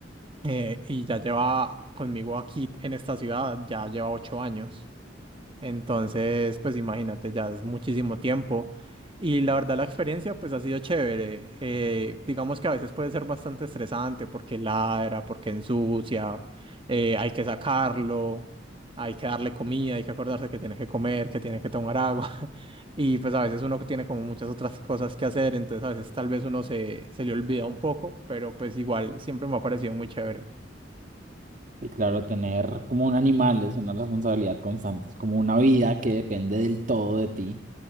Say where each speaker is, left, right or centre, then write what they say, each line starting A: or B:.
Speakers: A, on the right (about 30°); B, on the right (about 45°).
A: eh, y ya lleva conmigo aquí en esta ciudad, ya lleva ocho años. Entonces, pues imagínate, ya es muchísimo tiempo. Y la verdad, la experiencia pues ha sido chévere. Eh, digamos que a veces puede ser bastante estresante porque ladra, porque ensucia, eh, hay que sacarlo, hay que darle comida, hay que acordarse que tiene que comer, que tiene que tomar agua. <laughs> Y pues a veces uno tiene como muchas otras cosas que hacer, entonces a veces tal vez uno se, se le olvida un poco, pero pues igual siempre me ha parecido muy chévere.
B: Y claro, tener como un animal es una responsabilidad constante, es como una vida que depende del todo de ti.